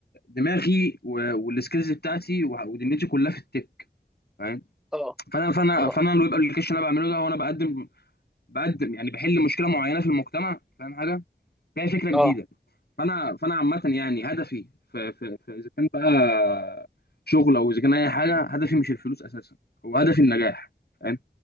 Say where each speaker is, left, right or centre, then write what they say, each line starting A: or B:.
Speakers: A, on the left (about 65°); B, in the centre.
A: دماغي و- والسكيلز بتاعتي وه- ودنيتي كلها في التك فاهم
B: اه
A: فانا فانا
B: اه
A: فانا الويب ابلكيشن اللي انا بعمله ده هو انا بقدم بقدم يعني بحل مشكله معينه في المجتمع فاهم حاجه فيها فكره
B: اه
A: جديده فانا فانا عامه يعني هدفي في في في اذا كان بقى شغل او اذا كان اي حاجه هدفي مش الفلوس اساسا هو هدفي النجاح فاهم